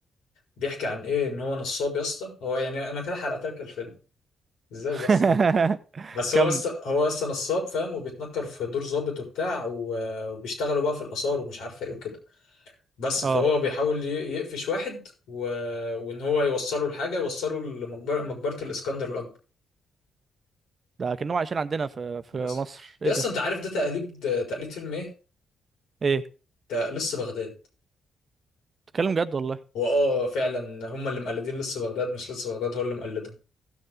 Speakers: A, on the left; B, on the right.
A: بيحكي عن ايه ان هو نصاب يا اسطى هو يعني انا كده حرقت لك الفيلم ازاي
B: <laughs>
A: بس كده بس
B: كمل
A: هو يسطى هو يسطى نصاب فاهم وبيتنكر في دور ظابط وبتاع و- وبيشتغلوا بقى في الاثار ومش عارفه ايه وكده بس
B: اه
A: فهو بيحاول ي- يقفش واحد و... وان هو يوصله لحاجه يوصله لمقبره مقبره الاسكندر الاكبر
B: ده كأنهم عايشين عندنا في في
A: بس
B: مصر
A: يا
B: ايه ده
A: اسطى انت عارف ده تقليد تقليد فيلم ايه؟
B: ايه
A: ده لص بغداد
B: بتتكلم جد والله
A: واه فعلا هم اللي مقلدين لص بغداد مش لص بغداد هو اللي مقلده